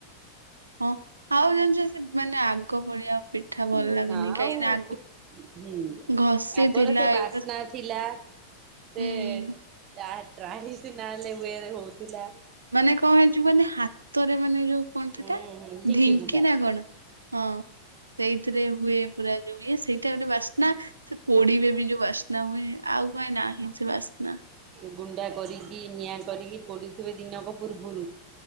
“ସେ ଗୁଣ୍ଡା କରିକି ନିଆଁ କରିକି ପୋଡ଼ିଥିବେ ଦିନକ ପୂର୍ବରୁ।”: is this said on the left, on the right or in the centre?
Right